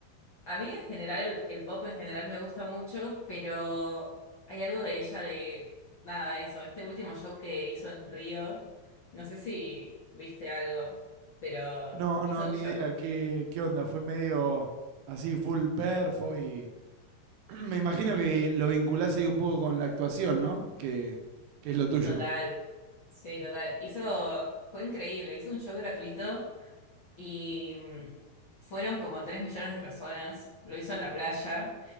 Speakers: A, on the left; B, on the right.
A: a mí en general, el, el pop en general me gusta mucho, pero hay algo de ella de, nada, eso, este último show que hizo en Río, no sé si viste algo, pero
B: No,
A: hizo
B: no,
A: un
B: ni
A: show
B: idea. ¿Qué, qué onda? Fue medio así, full perfo y... <clears throat> Me imagino que lo vinculás ahí un poco con la actuación, ¿no? Que, que es lo tuyo.
A: total, sí, total, hizo, fue increíble, hizo un show gratuito y mm, fueron como 3 millones de personas, lo hizo en la playa.